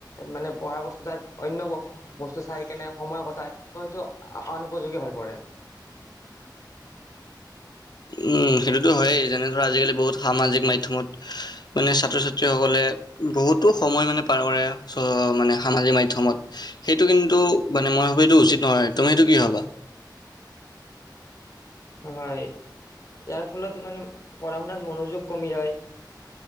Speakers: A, on the left; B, on the left.
A: মানে পঢ়া অৱস্থাত অন্য বস বস্তু চাই কেনে সময় কটাই ত' সেইটো অনুপযোগী হৈ পৰে।
B: উম সেইটোতো হয়েই, যেনে ধৰা আজিকালি বহুত সামাজিক মাধ্যমত মানে ছাত্ৰ ছাত্ৰীসকলে বহুতো সময় মানে পাৰ কৰে, চ মানে সামাজিক মাধ্যমত। সেইটো কিন্তু মানে মই ভাবো এইটো উচিত নহয়, তুমি সেইটো কি ভবা?
A: হয় ইয়াৰ ফলত মানে পঢ়া শুনাত মনোযোগ কমি যায়।